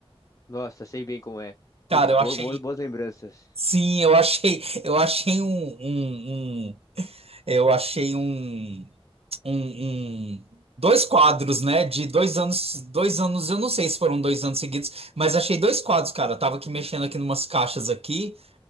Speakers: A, on the left; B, on the right.
A: Nossa, sei bem como é.
B: Cara,
A: Putz,
B: eu
A: bo-
B: achei.
A: bo- boas lembranças.
B: Sim, eu achei, eu achei um, um, um Eu achei um, um, um- dois quadros, né? De dois anos, dois anos, eu não sei se foram dois anos seguidos, mas achei dois quadros, cara. Eu tava aqui mexendo aqui numas caixas aqui,